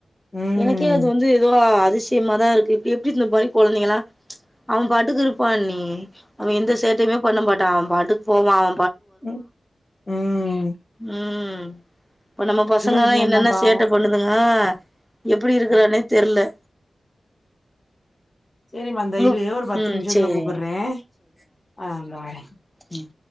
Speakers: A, on the left; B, in the centre.
A: ம்
B: எனக்கே அது வந்து ஏதோ அதி ஷியமா தான் இருக்கு எப்டி இந்த மாரி கொழந்தைங்களம் அவன் பாட்டுக்கு இருப்பான் அண்ணி அவன் எந்த சேட்டையுமே பண்ண மாட்டான் அவன் பாட்டு போவான்
A: உம் உம்
B: உம் இப்ப நம்ம பசங்க
A: விஷயந்தா
B: என்னென்ன
A: பாவோ
B: சேட்ட பண்ணுதுங்க எப்டி இருக்கிறானே
A: ம்
B: தெர்ல
A: சரிம்மா அந்த
B: உங்க
A: இரு ஒரு பத்து
B: ம்
A: நிமிஷத்துல
B: சேரிங்க
A: கூப்புறேன் ஆஹ் இந்த வாரேன்
B: உம்